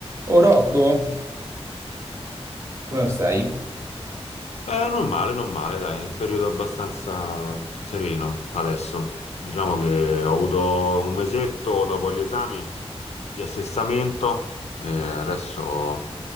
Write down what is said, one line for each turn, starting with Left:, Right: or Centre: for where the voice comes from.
Right: Oh Rocco, come lo stai?
Left: Eh, non male, non male, dai, è un periodo abbastanza sereno adesso. Diciamo che ho avuto un mesetto dopo gli esami di assestamento e adesso